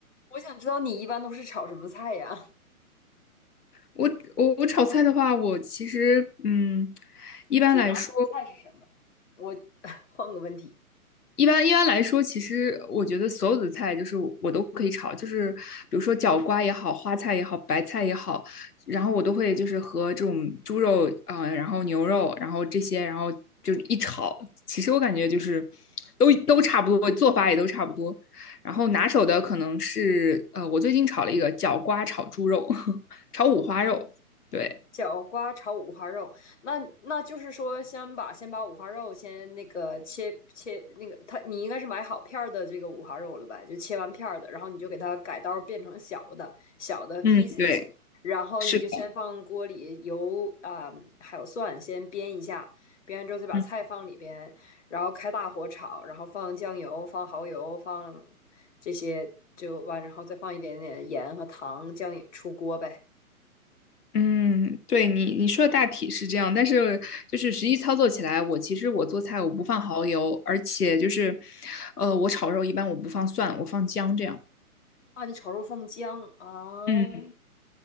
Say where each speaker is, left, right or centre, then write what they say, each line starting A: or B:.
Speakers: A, on the left; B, on the left.
A: 我想知道你一般都是炒什么菜呀？
B: 我我我炒菜的话，我其实嗯。一般来说，
A: 你最拿手菜是什么？我 <laughs> 换个问题，
B: 一般一般来说，其实我觉得所有的菜就是我都可以炒，就是比如说角瓜也好，花菜也好，白菜也好，然后我都会就是和这种猪肉啊、呃然后牛肉，然后这些，然后就是一炒，其实我感觉就是都都差不多，做法也都差不多。然后拿手的可能是呃，我最近炒了一个角瓜炒猪肉，<laughs> 炒五花肉，对。
A: 角瓜炒五花肉，那那就是说，先把先把五花肉先那个切切那个，它你应该是买好片儿的这个五花肉了吧，就切完片儿的，然后你就给它改刀变成小的小的
B: 嗯，
A: pieces，
B: 对，
A: 然后你就先放锅里油啊、
B: 是的，
A: 还有蒜先煸一下，煸完之后再把菜放里边，
B: 嗯。
A: 然后开大火炒，然后放酱油、放蚝油、放这些就完，然后再放一点点盐和糖，酱油出锅呗。
B: 嗯，对你你说的大体是这样，但是就是实际操作起来，我其实我做菜我不放蚝油，而且就是，呃，我炒肉一般我不放蒜，我放姜这样。
A: 啊，你炒肉放姜啊，
B: 嗯